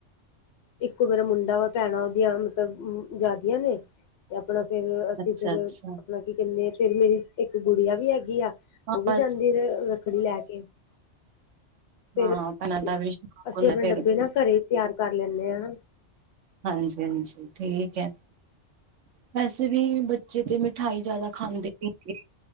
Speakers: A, on the left (about 65°); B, on the right (about 85°).
A: ਇੱਕੋ ਮੇਰਾ ਮੁੰਡਾ ਵਾ ਭੈਣਾਂ ਉਹਦੀਆਂ ਮਤਲਬ ਜੈਦੀਆਂ ਨੇ। ਤੇ ਅਪਣਾ ਫੇਰ ਅਸੀਂ
B: ਅੱਛਾ-ਅੱਛਾ
A: ਫੇਰ ਅਪਣਾ ਕੀ ਕਹਿੰਦੇ, ਫੇਰ ਮੇਰੀ ਇੱਕ ਗੁੜੀਆ ਵੀ ਹੈਗੀ ਆਂ।
B: ਹਾਂ
A: ਓਹ ਵੀ
B: ਬਸ
A: ਜਾਂਦੀ ਵੇ ਰੱਖੜੀ ਲੈ ਕੇ। ਫੇਰ
B: ਹਾਂ ਭੈਣਾਂ
A: ਕੀ
B: ਦਾ ਵੀ ਸ਼ੌਕ
A: ਅਸੀਂ
B: ਹੁੰਦਾ
A: ਅਪਨੇ
B: ਫਿਰ
A: ਡੱਬੇ ਨਾ ਘਰੇ ਤਿਆਰ ਕਰ ਲੈਂਨੇ ਆ ਨਾਂ।
B: ਹਾਂਜੀ- ਹਾਂਜੀ ਠੀਕ ਏ, ਵੈਸੇ ਵੀ ਬੱਚੇ ਤੇ ਮਿੱ ਮਿਠਾਈ ਜ਼ਿਆਦਾ ਖਾਂਦੇ ਨੀ ਹੇਗੇ,